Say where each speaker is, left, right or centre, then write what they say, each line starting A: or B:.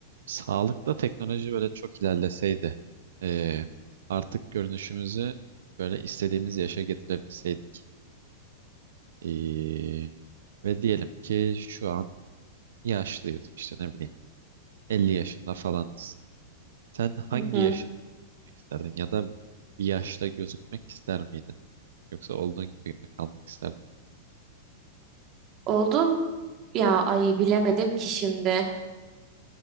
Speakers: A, on the right (about 85°); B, on the right (about 30°).
A: Sağlıkta teknoloji böyle çok ilerleseydi, eee, artık görünüşümüzü böyle istediğimiz yaşa getirebilseydik. Eee, ve diyelim ki şu an yaşlıyız, işte ne bileyim 50 yaşında falan. Sen hangi
B: Hı hı.
A: yaşta gözükmek isterdin ya da bir yaşta gözükmek ister miydin? Yoksa olduğun gibi mi kalmak isterdin?
B: Oldum ya ay bilemedim ki şimdi.